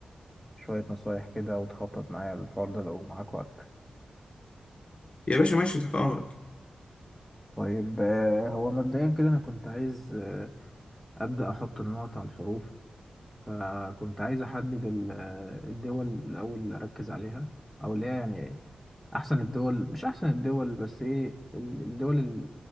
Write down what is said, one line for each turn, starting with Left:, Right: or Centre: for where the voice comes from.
Centre: شويه نصايح كده وتخطط معايا للحوار ده لو معاك وقت
Left: يا باشا ماشي تحت امرك
Centre: طيب آه، هو مبدئيا كده انا كنت عايز آه، ابدا احط النقط على الحروف فكنت عايز أحدد ال- الدول الأول اللي أركز عليها أو اللي هي يعني أحسن الدول مش أحسن الدول بس إيه ال- الدول ال-